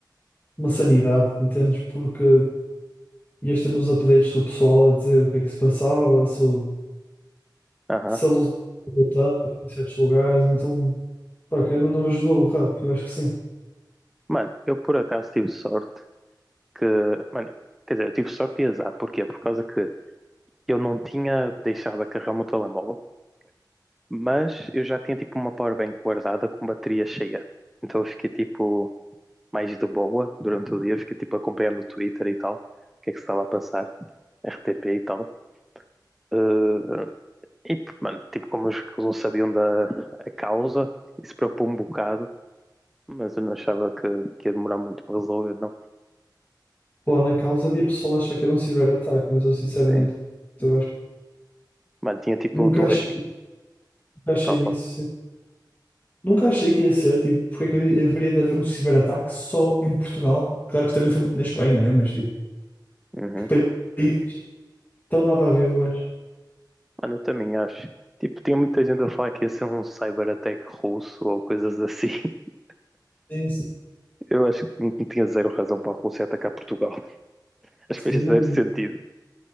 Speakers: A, on the left (about 25°); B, in the centre.
A: uma sanidade, entendes? Porque ias tendo os updates do pessoal a dizer o que é que se passava, se, o-
B: aham.
A: se a luz estava voltando em certos lugares, então, pá, querendo ou não ajudou, rá, eu acho que sim.
B: Mano, eu por acaso tive sorte que. Mano, quer dizer, eu tive sorte e azar. Porquê? Por causa que eu não tinha deixado a carregar o meu telemóvel, mas eu já tinha tipo uma powerbank guardada com bateria cheia. Então eu fiquei tipo mais de boa durante o dia, fiquei tipo acompanhando o Twitter e tal, o que é que se estava a passar, RTP e tal. Eh, e, mano, tipo, como os- eles não sabiam da a causa, isso preocupou-me um bocado, mas eu não achava que, que ia demorar muito para resolver, não.
A: Lá na causa havia pessoal a achar que era um ciberataque, mas eu sinceramente,
B: Sim.
A: eu acho,
B: Mano, tinha tipo
A: nunca
B: duas.
A: achei, nunca achei
B: Tava.
A: isso. sim. Nunca achei que ia ser, tipo, porque é que havia- haveria de haver um ciberataque só em Portugal? Claro que também foi na Espanha, né? Mas, tipo,
B: Uhum.
A: que país tão nada a ver, eu acho.
B: Mano, eu também acho. Tipo, tinha muita gente a falar que ia ser um cyberattack russo ou coisas assim. <laughs>
A: Sim, sim.
B: Eu acho que não tinha zero razão para a Rússia atacar Portugal. <laughs> Acho
A: Sim,
B: que fez
A: eu não
B: zero sentido.